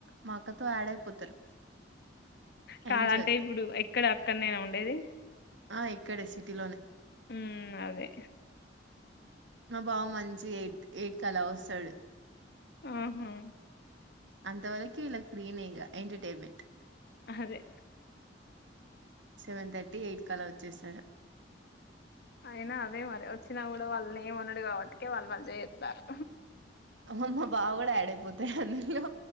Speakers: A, on the right; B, on the left.
A: మా అక్కతో యాడ్ అయిపోతారు
B: కాద
A: ఎంజాయ్
B: అంటే ఇప్పుడు ఎక్కడ అక్కడ్నేనా ఉండేది
A: ఆ ఇక్కడే సిటీలోనే
B: హ్మ్. అదే.
A: మా బావ మంచి ఎయిట్ ఎయిట్ క అలా వొస్తాడు
B: ఆహా
A: అంతవరకి ఇలాగ్ ఫ్రీనే ఇక ఎంటర్టైన్మెంట్
B: అదే
A: సెవెన్ థర్టీ ఎయిట్ కలా వొచ్చేసాడు
B: అయినా అదే మరి వచ్చినా గుడా వాళ్ళని ఏమనడు కాబట్టికే వాళ్ళు మంచిగా చేత్తాలు
A: అమ్మ్ మ్మో మా బావ కూడా ఆడ్ పోతాయి అందులో